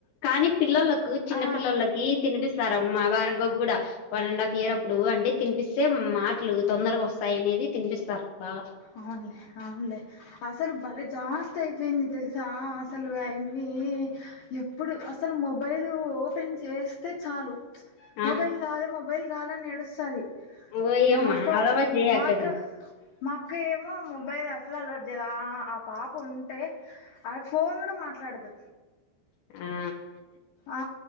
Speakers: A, on the left; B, on the left.
A: కానీ పిల్లలకు చిన్న
B: ఆ
A: పిల్లోళ్లకి తినిపిస్తారు అమ్మా వారిగ కూడా వన్ అండ్ హాఫ్ ఇయర్ అప్పుడు అంటే తినిపిస్తే మాటలు తొందరగా వస్తాయి అనేది తినిపిస్తారు బాగా
B: అవునులే అవున్లే ఆసలు బలే జాస్ అంత ఐపోయింది తెలుస్ చ అసలు అయిమ్మి ఎప్పుడు అసలు మొబైల్ ఓపెన్ చేస్తే చాలు
A: ఆ
B: మొబైల్ కావాలి మొబైల్ కావాలి అని ఏడుస్తది
A: ఓయమ్మా
B: మాకవ్
A: అలవాటు చేయకండి
B: మార్క్ అవ్ మా అక్క ఏమో మొబైల్ అసలు అలవాటు చేయాది ఆ పాప ఉంటే అ ఫోన్ కూడా మాట్లాడదు.
A: ఆ
B: ఆ